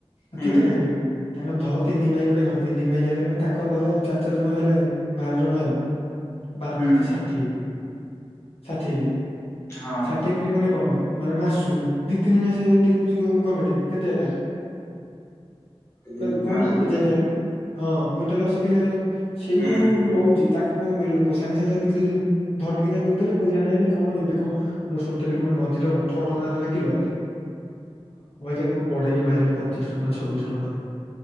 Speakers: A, on the left; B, on the left.
A: ଆ
B: ହୁଁ
A: କେତେ ଖାଇବେ? ଙ୍କ ଧ ତିନି ଭାଇ ଗୋଟେ ଘର, ତିନି ଭାଇ ହେଲେ ମାନେ ତାଙ୍କର ଧର ଚାରି ଚାରି ଜଣ ହେଲେ ବାର ଜଣ ହେଲେ, ବାର
B: ହୁଁ
A: ପଞ୍ଚା ଷାଠିଏ। ଷାଠିଏ କିଲେ,
B: ହଁ।
A: ଷା ଷାଠିଏ କିଲି ମାନେ କଣ ମାନେ ମାସୁ, ଦିଇ ତିନି ମାସ ଦେଇ ଦଉଚି ଗମେଟେ କେତେ ହେଲା,
B: ଦି
A: କହୁନ,
B: ତିନି ମାସ ହୁଁ
A: କିଜେ
B: ହୁଁ
A: ହେଲାଣି? ହଁ, କୁଇଣ୍ଟାଲ ଅଶୀ କିଲ ହେଲାଣି, ସେଇ
B: ହଁ।
A: ଯୋଉ ରହୁଚି ତାକୁ କଣ କରିବେ ଲୋକ, ସାଙ୍ଗେ ସାଙ୍ଗେ ନେଇକି ବିକି ଦଉଚନ୍ତି, ଧଡିକିନା ବିକି ଦେଲେ, ପଇସା ନେଇ ଆଇଲେ କଣ ଏବେ କ, ମୁଁ ଶୁଣିଥିଲି କଣ ମଝିରେ ଅଠର ଟଙ୍କା ହେଲା କିଲ ସେକୁ ବଢେଇକି ମାଇଲଣି ପଚିଶ ଟଙ୍କା ନା, ଛବିଶି ଟଙ୍କା।